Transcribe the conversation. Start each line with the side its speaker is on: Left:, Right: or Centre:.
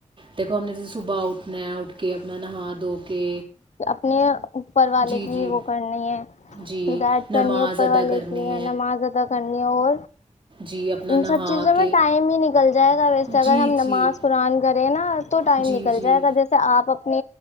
Right: دیکو ہم نے ج صبح اٹھنا ہے اٹھ کے اپنا نہا دھو کے
Left: اپنے اوپر والے
Right: جی
Left: کی
Right: جی
Left: وہ کرنی ہے
Right: جی
Left: ہدایت
Right: نماز
Left: کرنی ہے اوپر
Right: ادا
Left: والے
Right: کرنی
Left: کی ہے نماز ادا کرنی ہے اور
Right: جی اپنا نہا
Left: ان سب چیزوں
Right: کے
Left: میں ٹائم ہی نکل جائے گا ویسے
Right: جی
Left: اگر ہم
Right: جی
Left: نماز قرآن کریں نا تو ٹائم
Right: جی
Left: نکل
Right: جی
Left: جائے گا جیسے آپ اپنے